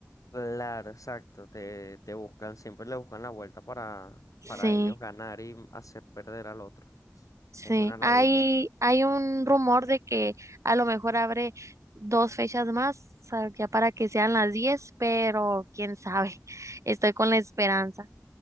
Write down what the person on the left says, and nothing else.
Claro, exacto. Te, te buscan, siempre le buscan la vuelta para, para
ellos ganar y hacer perder al otro.
Es una ladilla.